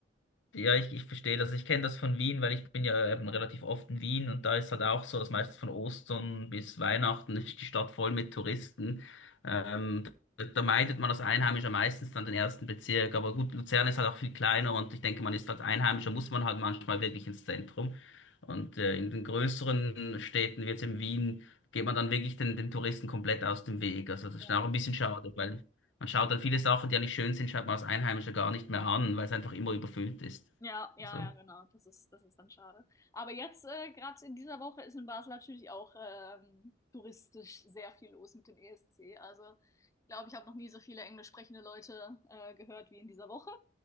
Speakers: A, on the left; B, on the left.
A: Ja, ich, ich verstehe das. Ich kenne das von Wien, weil ich bin ja eben relativ oft in Wien und da ist halt auch so, dass meistens von Ostern bis Weihnachten ist die Stadt voll mit Touristen. Ähm, da, da meidet man als Einheimischer meistens dann den ersten Bezirk. Aber gut, Luzern ist halt auch viel kleiner und ich denke, man ist als Einheimischer, muss man halt manchmal wirklich ins Zentrum. Und äh, in den größeren Städten, wie jetzt in Wien, geht man dann wirklich den, den Touristen komplett aus dem Weg. Also das
B: Ja.
A: ist auch ein bisschen schade, weil man schaut dann viele Sachen, die ja nicht schön sind, schaut man als Einheimischer gar nicht mehr an, weil es einfach immer überfüllt ist.
B: Ja, ja,
A: Also,
B: ja, genau. Das ist, das ist dann schade. Aber jetzt, äh, gerade in dieser Woche, ist in Basel natürlich auch ähm, touristisch sehr viel los mit dem ESC. Also, ich glaube, ich habe noch nie so viele englisch sprechende Leute äh, gehört wie in dieser Woche.